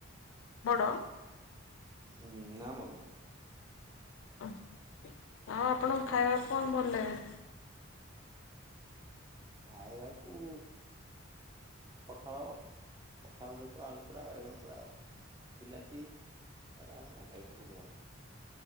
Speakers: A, on the left (about 70°); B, on the right (about 20°).
A: ବଡ଼।
B: ହୁଁ ନା ମଝିଇଁଆ।
A: ଆଛ ଆଉ ଆପଣଙ୍କ ଖାଇବାକୁ କଣ ଭଲ ଲାଗେ।
B: ଖାଇବାକୁ। ପଖାଳ ପଖାଳ ସହିତ ଆଳୁ ପୋଡା ବାଇଗଣ ପୋଡା। ବିଲାତି ଏଇଟାଲ ଭଲ ଏ ସବୁଠୁ ଭଲ।